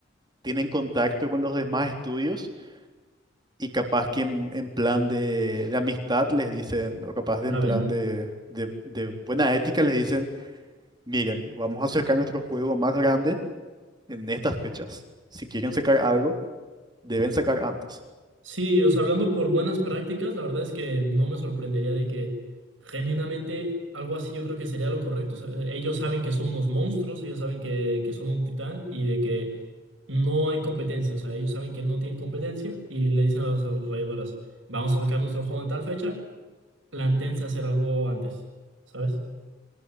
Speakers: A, on the right (about 25°); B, on the right (about 80°).
A: Tienen contacto con los demás estudios y capaz que en, en plan de, de amistad les dicen, o capaz de
B: Saben.
A: en plan de, de de buena ética les dicen, miren, vamos a sacar nuestro juego más grande en estas fechas. Si quieren sacar algo, deben sacar antes.
B: Sí, o sea, hablando por buenas prácticas, la verdad es que no me sorprendería de que genuinamente algo así yo creo que sería lo correcto. O sea, eh, ellos saben que son unos monstruos, ellos saben que, que son un titán y de que no hay competencia, o sea, ellos saben que no tienen competencia y le dicen a las desarrolladoras, vamos a sacar nuestro juego en tal fecha, plantéense hacer algo antes, ¿sabes?